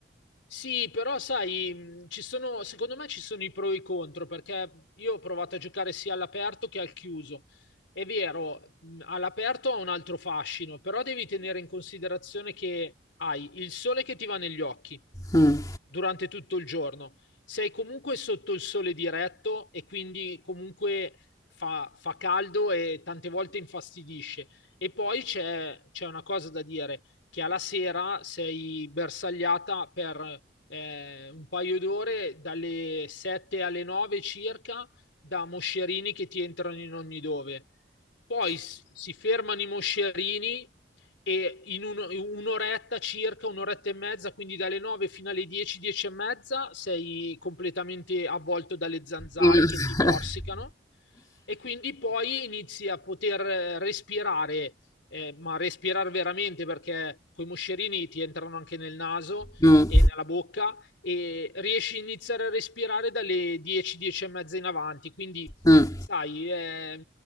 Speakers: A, on the left; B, on the left.
A: Sì, però sai, mm, ci sono, secondo me ci sono i pro e i contro, perché io ho provato a giocare sia all'aperto che al chiuso. È vero, mh, all'aperto ha un altro fascino, però devi tenere in considerazione che hai il sole che ti va negli occhi,
B: Mm.
A: durante tutto il giorno. Sei comunque sotto il sole diretto e quindi comunque fa, fa caldo e tante volte infastidisce. E poi c'è, c'è una cosa da dire, che alla sera sei bersagliata per eh, un paio d'ore, dalle 7 alle 9 circa, da moscerini che ti entrano in ogni dove. Poi s- si fermano i moscerini e in un- un'oretta circa, un'oretta e mezza, quindi dalle 9 fino alle 10, 10 e mezza, sei completamente avvolto dalle zanzare
B: <laughs>
A: che ti morsicano e quindi poi inizi a poter eh, respirare, eh, ma respirare veramente perché coi moscerini ti entrano anche nel naso
B: Mm.
A: e nella bocca e riesci a iniziare a respirare dalle 10, 10 e mezza in avanti, quindi
B: Mm.
A: sai, è,